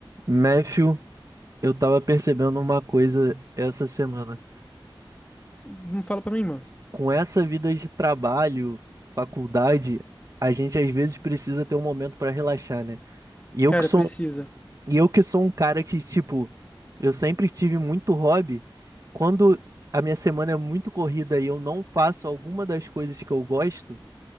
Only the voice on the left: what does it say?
Não fala pra mim, mano.
Cara,
precisa.